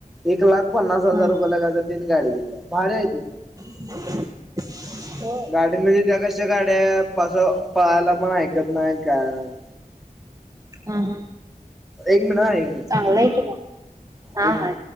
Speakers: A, in the centre; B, on the right.
A: एक लाख पन्नास हजार
B: हम्म
A: रुपयेला किती तर त्यांनी गाडी घेतल्या भारी आहे ती पण.
B: <unintelligible>
A: गाडी म्हणजे त्या कशा गाड्या पास पळायला पण ऐकत नाहीत काय नाही.
B: हम हम
A: एक मिनिट हा एक मिनिट
B: चांगलंय की, मग हा
A: एक मिनिट
B: हा.